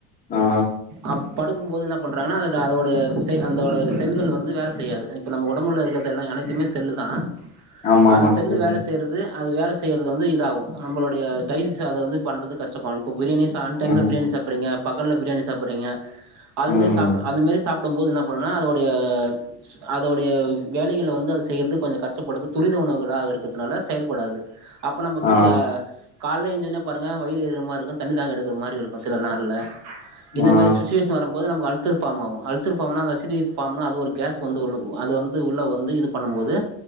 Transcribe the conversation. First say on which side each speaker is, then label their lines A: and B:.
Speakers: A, on the left (about 20°); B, on the right (about 40°).
A: ஆ
B: அவ் படுக்கும்போது என்ன பண்ணுறாங்கன்னா அத அதோட விசை அந்தோட செல்கள் வந்து வேல செய்யாது இப்போ நம்ம ஒடம்புல இருக்கிறதெல்லா அனைத்துமே செல்லு தா
A: ஆமா
B: அந்த
A: ஆமா
B: செல்லு
A: சரி
B: வேலை செய்யறது அது வேல செய்யறது வந்து இதாகு நம்மளுடைய டைஸ் அத வந்து பண்ணுது கஷ்டப்படு இப்ப பிரியாணியே அன் டைம்ல
A: ம்
B: பிரியாணி சாப்புறீங்க பகல பிரியாணி சாப்புறீங்க அதுமாரி
A: ம்
B: சாப் அதுமாரி சாப் டும் போது என்ன பண்ணனா அதோடைய அதோடைய வேலைகள வந்து அது செய்யறது கொஞ்சோ கஷ்டப்படு துரித உணவுகளாக இருக்கிறதுனால செயல்படாது அப்ப நமக்கு
A: ஆ
B: கால்ல ஏஞ்சொன்னே பாருங்க வயிறு எரிற மாரி இருக்கு தண்ணி தாகோ எடுகுற மாரி இருக்கு சில நாள்ல இந்த
A: ஆ
B: மாரி சிச்சுவேஷ வரும்போது நமக்கு அல் சர் ஃபார்ம் ஆகு அல்சர் ஃபார்ம்ன அந்த அசி ஃபார்ம்னால் அது ஒரு கேஸ் வந்து அது வந்து உள்ள வந்து இதுப் பண்ணும்போது